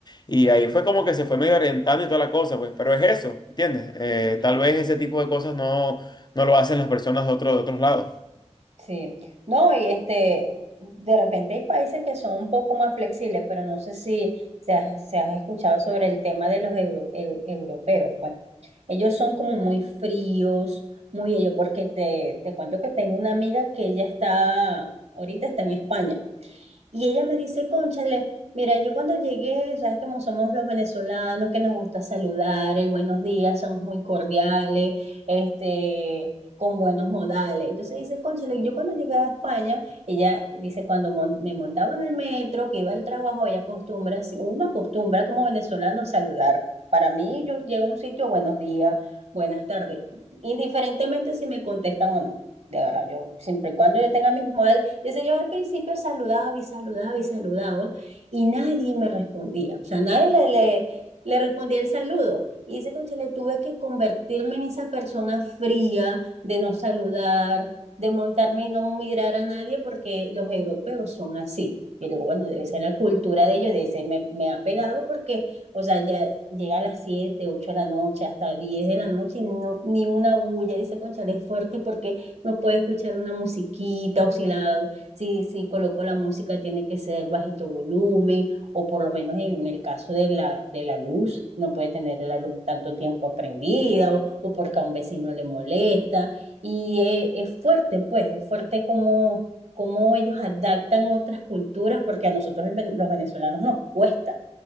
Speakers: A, on the left; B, on the right.
A: Y ahí fue como que se fue medio orientando y toda la cosa, pues, pero es eso, ¿entiendes? Eh, tal vez ese tipo de cosas no, no lo hacen las personas de, otro, de otros lados.
B: Sí, no, y este, de repente hay países que son un poco más flexibles, pero no sé si se ha, se ha escuchado sobre el tema de los euro- eu- europeos, pues. Ellos son como muy fríos, muy ellos, porque te, te cuento que tengo una amiga que ella está, ahorita está en España. Y ella me dice, cónchale, mira, yo cuando llegué, sabes cómo somos los venezolanos, que nos gusta saludar, el buenos días, somos muy cordiales, este, con buenos modales. Entonces dice, cónchale, yo cuando llegué a España, ella dice, cuando mon- me montaba en el metro, que iba al trabajo, ella acostumbra, si- uno acostumbra como venezolano a saludar. Para mí, yo llego a un sitio, buenos días, buenas tardes, indiferentemente si me contestan o no. De verdad, yo siempre y cuando yo tenga mis modales entonces yo al principio saludaba y saludaba y saludaba y nadie me respondía, o sea, nadie le, le, le respondía el saludo. Y dice coche le tuve que convertirme en esa persona fría de no saludar, de montarme y no mirar a nadie porque los europeos son así. Y digo, bueno, debe ser la cultura de ellos, de ese me, me, ha pegado porque, o sea, ya llega a las 7 8 de la noche, hasta 10 de la noche y no, ni una bulla, dice Conchale, es fuerte porque no puede escuchar una musiquita, oscilado, si, si coloco la música tiene que ser bajito volumen o por lo menos en el caso de la, de la luz, no puede tener la luz tanto tiempo prendida o, o porque a un vecino le molesta. Y es, es fuerte, pues, es fuerte como, como ellos adaptan otras culturas porque a nosotros el, ven- los venezolanos nos cuesta.